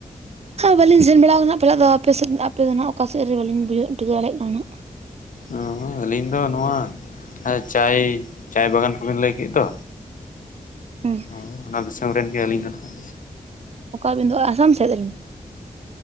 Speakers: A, on the right; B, on the left.
A: ᱵᱟᱞᱤᱧ ᱥᱮᱱ ᱵᱟᱲᱟ ᱟᱠᱟᱱᱟ ᱯᱟᱞᱮ ᱫᱚ ᱟᱯᱮ ᱥᱮᱫ ᱟᱯᱮ ᱫᱚ ᱱᱟᱜ ᱚᱠᱟ ᱥᱮᱫ ᱨᱮ ᱵᱟᱞᱤᱧ ᱵᱩᱡᱷᱟᱹᱣ ᱴᱷᱤᱠ-ᱟ ᱫᱟᱲᱮᱭᱟᱜ ᱠᱟᱱᱟ᱾
B: <unintelligible> ᱟᱞᱤᱧ ᱫᱚ ᱱᱚᱣᱟ ᱪᱟᱭ ᱪᱟᱭ ᱵᱟᱜᱟᱱ ᱠᱚᱵᱤᱱ ᱞᱟᱹᱭ ᱠᱮᱫ ᱫᱚ᱾
A: ᱦᱩᱸ᱾
B: ᱦᱳᱭ ᱚᱱᱟ ᱫᱤᱥᱚᱢ ᱨᱮᱱ ᱜᱮ ᱟᱞᱤᱧ ᱫᱚ ᱱᱟᱦᱟᱜ᱾
A: ᱚᱠᱟ ᱟᱵᱤᱱ ᱫᱚ ᱟᱥᱟᱢ ᱥᱮᱫ ᱨᱮᱱ?